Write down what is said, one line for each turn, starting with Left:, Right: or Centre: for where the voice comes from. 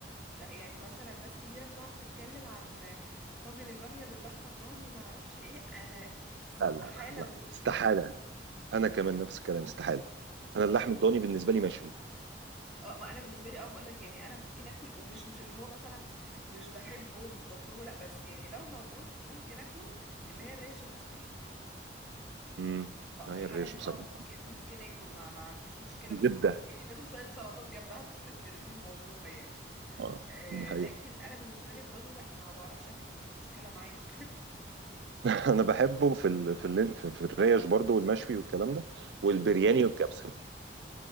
Centre: لا يعني مثلا ناس كتيرة بتقعد تتكلم عن طاجن البامية باللحمة الضاني وما اعرفش ايه انا استحالة
Right: لا لا لا
Centre: ادوقه
Right: لا استحاله انا كمان نفس الكلام استحاله انا اللحم الضاني بالنسبه لي مشوي
Centre: اه ما انا بالنسبة لي اه بقول لك يعني انا ممكن اكل ومش مش اللي هو مثلا مش بحبه مش بطلبه لا بس يعني لو موجود ممكن اكله اللي هي الريش المشوية
Right: امم
Centre: اه
Right: هي
Centre: في الحالة
Right: الريش
Centre: دي
Right: بصراحه
Centre: اه ممكن ممكن اكل ما, ما عنديش مشكلة بس
Right: زبده
Centre: برضه يعني لازم شوية سلطات جنبها ت- تلم الموضوع يعني
Right: اه
Centre: آه
Right: دي حقيقة.
Centre: لكن انا بالنسبة لي الضاني لا ما بعرفش اكله عندي مشكلة معاه
Right: <laughs> انا بحبه في ال... في, ال... في في الريش برضو والمشوي والكلام ده والبرياني والكبسه